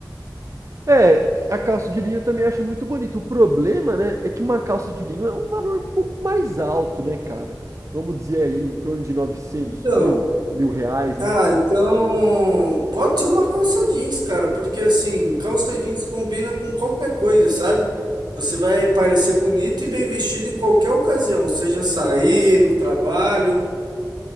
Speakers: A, on the right; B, on the right.
A: É, a calça de linho eu também acho muito bonito. O problema, né, é que uma calça de linho é um valor um pouco mais alto, né, cara? Vamos dizer aí, em torno de novecentos
B: Então,
A: mil, mil reais,
B: Ah,
A: né?
B: então pode ser uma calça jeans, cara, porque assim, calça jeans combina com qualquer coisa, sabe? Você vai parecer bonito e bem vestido em qualquer ocasião, seja sair, no trabalho.